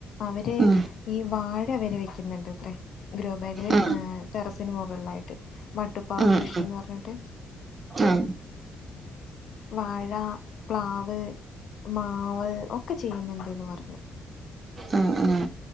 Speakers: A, on the left; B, on the right.
A: അവര്.
B: ഉം
A: ഈ വാഴ അവരെ വെക്ക്ന്ന് ണ്ട് ത്രേ ഗ്രോ ബാഗില്
B: ഉം
A: ഏ ട്ടറസിന് മുകളിലായിട്ട്. മട്ടുപ്പാവ്
B: ഉം
A: കൃഷിന്ന്
B: ഉം
A: പറഞ്ഞിട്ട്.
B: ഉം
A: വാഴാ പ്ലാവ്. മാവ് ഒക്കെ ചെയ്യുന്നുണ്ട്ന്ന് പറഞ്ഞു.
B: അ അ